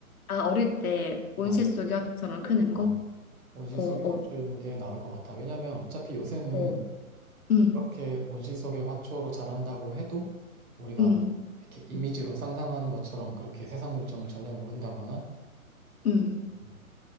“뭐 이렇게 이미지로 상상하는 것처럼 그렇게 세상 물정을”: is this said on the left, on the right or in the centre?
Right